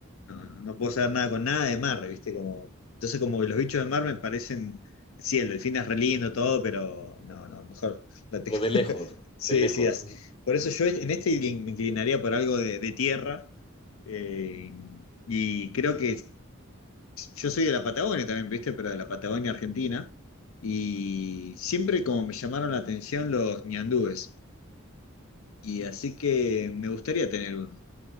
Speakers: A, on the left; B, on the left.
A: no, no puedo saber nada con nada de mar, ¿viste? Como, entonces como que los bichos de mar me parecen, sí, el delfín es re lindo todo, pero no, no, mejor la te-
B: Pero
A: <laughs>
B: de lejos,
A: Sí,
B: de lejos.
A: sí, as- por eso yo en este in- me inclinaría por algo de, de tierra eh, y creo que yo soy de la Patagonia también, ¿viste? Pero de la Patagonia Argentina y siempre como me llamaron la atención los ñandúes y así que me gustaría tener uno.